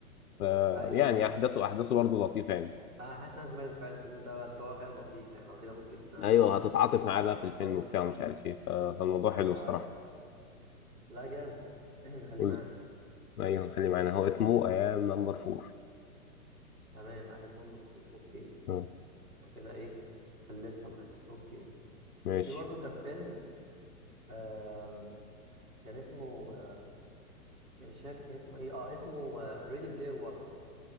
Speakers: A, on the left; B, on the right.
A: فيعني
B: ايوه ايوه فهمت
A: احداثه احداثه برضه لطيفه يعني
B: انا حاسس ان انا سمعته فعلا الفيلم ده بس هو فعلا لطيف يعني لو كده ممكن آه،
A: ايوه هتتعاطف معاه بقى
B: أي- نحط
A: في الفيلم وبتاع ومش عارف ايه ف- فالموضوع
B: ايوه
A: حلو الصراحه
B: ايوه لا جامد <clears throat> احنا نخليه
A: قول
B: معانا
A: ايوه نخليه معانا هو اسمه ايام نمبر فور
B: تمام ايام ما المفروض اوكي
A: اه
B: كده ايه في الليسته معانا اوكي
A: ماشي
B: في برضو كان فيلم آم، كان اسمه آه، مش فاكر كان اسمه ايه اه اسمه ريدي بلاير 1